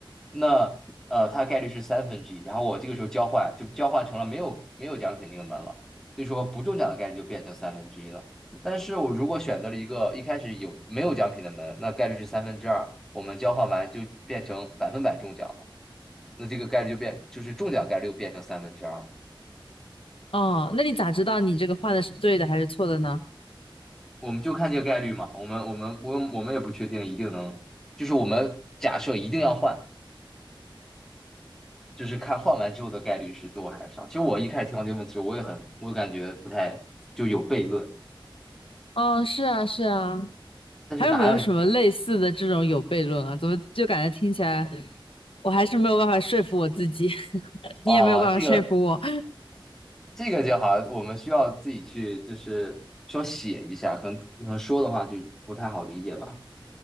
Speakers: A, in the centre; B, on the left.
A: 那呃它概率是三分之一，然后我这个时候交换就交换成了没有没有奖品那个门了，所以说不中奖的概率就变成三分之一了。但是我如果选择了一个一开始有没有奖品的门，那概率是三分之二，我们交换完就变成百分百中奖了，那这个概率就变就是中奖概率又变成三分之二了。
B: 哦，那你咋知道你这个换的是对的还是错的呢？
A: 我们就看这个概率嘛，我们我们我们我们也不确定一定能，就是我们假设一定要换，就是看换完之后的概率是多还是少。其实我一开始听到这个问题，我也很，我感觉不太就有悖论，
B: 哦，是啊是啊，
A: 但是答案
B: 还有没有什么类似的这种有悖论啊？怎么就感觉听起来我还是没有办法说服我自己，<laughs>
A: 啊、
B: 你也没有办法说服我。
A: 这个这个就好像我们需要自己去就是需要写一下，可能可能说的话就不太好理解吧。